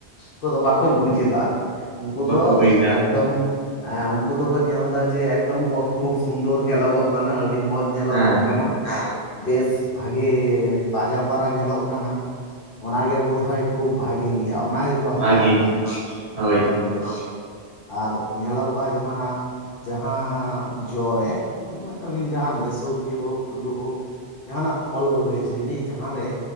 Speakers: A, on the left; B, on the right.
A: ᱠᱚᱫᱚ ᱵᱟᱠᱚ ᱵᱩᱡ ᱮᱫᱟ᱾ ᱩᱝᱠᱩ
B: ᱵᱟᱠᱚ
A: ᱫᱚ
B: ᱵᱩᱡᱽᱫᱟ
A: ᱮᱠᱫᱚᱢ ᱮ ᱩᱱᱠᱩ ᱫᱚᱠᱚ ᱧᱮᱞ ᱮᱫᱟ ᱡᱮ ᱮᱠᱫᱚᱢ ᱠᱷᱩᱵ ᱥᱩᱱᱫᱚᱨ ᱧᱮᱞᱚᱜᱚᱜ ᱠᱟᱱᱟ ᱟᱹᱰᱤ ᱢᱚᱸᱡᱽ᱾ ᱧᱮᱞᱚᱜᱚᱜ
B: ᱦᱮᱸ
A: ᱠᱟᱱᱟ ᱵᱮᱥ ᱵᱷᱟᱜᱮ ᱛᱟᱡᱟᱼᱼ ᱚᱯᱟᱨᱟ ᱧᱮᱞᱚᱜ ᱠᱟᱱᱟ ᱚ ᱜᱮᱮ ᱵᱳᱫᱷᱚᱭ ᱠᱷᱩᱵ ᱵᱷᱟᱜᱮ ᱜᱮᱭᱟ ᱚᱱᱟ᱾ ᱠᱚ ᱦᱟᱛᱟᱣ
B: ᱵᱷᱟᱜᱤ ᱜᱮ
A: ᱮᱟ
B: ᱦᱳᱭ
A: ᱮᱠᱫᱚᱢ ᱟᱨ ᱧᱮᱞᱚᱜᱚᱜᱼᱟ ᱡᱟᱦᱟᱸ ᱡᱟᱦᱟᱸᱼᱼ ᱡᱚ ᱨᱮ ᱟᱹᱵᱤᱱ ᱡᱟᱦᱟᱱ ᱜᱮ ᱥᱚᱵᱽᱡᱤ ᱦᱳᱠ ᱟᱹᱞᱩ ᱦᱳᱠᱼᱼ ᱡᱟᱦᱟᱱᱟᱜ ᱯᱷᱚᱞ ᱜᱮ ᱦᱩᱭ ᱡᱟᱹᱱᱤᱡ ᱡᱟᱼᱼ ᱡᱟᱦᱟᱸ ᱨᱮ